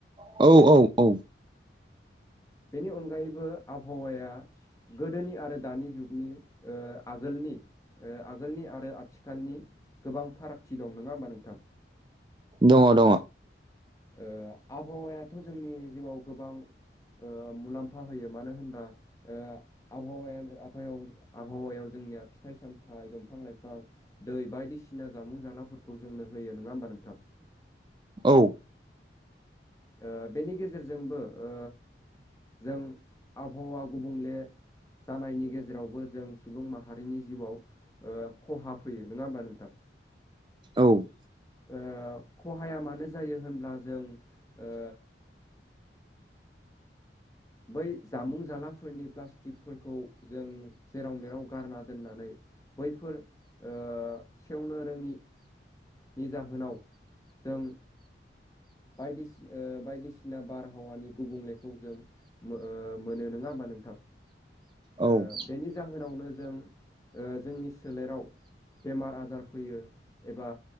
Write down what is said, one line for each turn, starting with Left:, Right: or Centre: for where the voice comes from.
Right: औ औ औ
Left: बेनि अनगायैबो आबहावाया गोदोनि आरो दानि जुगनि ओ आगोलनि ओ आगोलनि आरो आथिखालनि गोबां फारागथि दं नङा होमबा नोंथां?
Right: दङ दङ
Left: ओ आबहावायाथ' जोंनि जिउआव गोबां ओ मुलाम्फा होयो मानो होनबा ओ आबहावायानो <unintelligible> आबहावायाव जोंनिया फिथाइ सामथाइ दंफां लाइफां दै बायदिसिना जामुं जालाफोरखौ जोंनो होयो नोङा होमबा नोंथां?
Right: औ।
Left: ओ बेनि गेजेरजोंबो ओ जों आबहावा गुबुंले जानायनि गेजेरावबो जों सुबुं माहारिनि जिउआव ओ खहा फैयो नोङा होमबा नोंथां?
Right: औ।
Left: ओ खहाया मानो जायो होनब्ला जों ओ बै जामुं जालाफोरनि प्लास्टिकफोरखौ जों जेराव मेराव गारना दोननानै बैफोर ओ सेवनो रोङि नि जाहोनाव जों औह बायदिसिना बारहावानि गुबुंलेखौ जों मोह मोनो नोङा होमाबा नोंथां?
Right: औ
Left: ओ बेनि जाहोनावनो जों ओ जोंनि सोलेराव बेमार आजार फैयो एबा